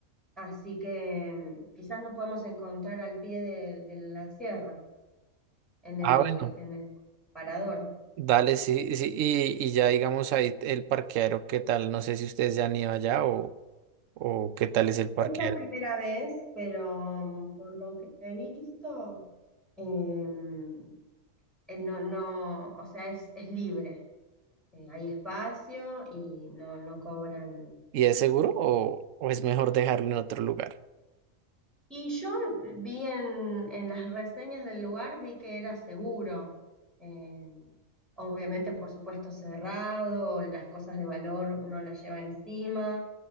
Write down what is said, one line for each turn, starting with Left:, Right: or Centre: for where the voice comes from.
Centre: así que em, quizás nos podemos encontrar al pie de, de la sierra, en el,
Right: Ah, bueno.
Centre: en el parador.
Right: Dale, sí, sí, y, y ya digamos ahí el parqueadero, ¿qué tal? No sé si ustedes ya han ido allá o, o qué tal es el parqueadero.
Centre: Es la primera vez, pero mm, por lo que he visto, em, eh, no, no, o sea, es, es libre. Eh, hay espacio y no, no cobran.
Right: ¿Y es seguro
Centre: eh,
Right: o, o es mejor dejarlo en otro lugar?
Centre: Y yo vi en, en las reseñas del lugar, vi que era seguro. Eh, obviamente, por supuesto, cerrado, las cosas de valor uno las lleva encima,